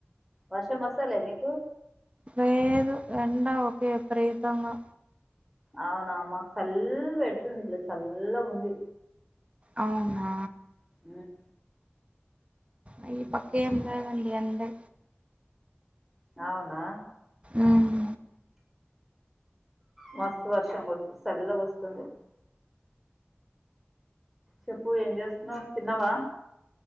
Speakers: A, in the centre; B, on the right (about 30°).
A: వర్షం వస్తాలే మీకు
B: లేదు ఎండ ఉకే విపరీతంగా
A: అవునా మాకు చల్ల్ పెడుతుంది ఇట్లా చల్లగుంది
B: అవునా
A: ఉమ్,
B: అ ఈపక్క ఏం లేదండి ఎండే
A: అవునా
B: ఉమ్మ్
A: మస్తు వర్షం కొడుతు చల్లగ వస్తుంది చెప్పు ఏం చేస్తున్నావు తిన్నావా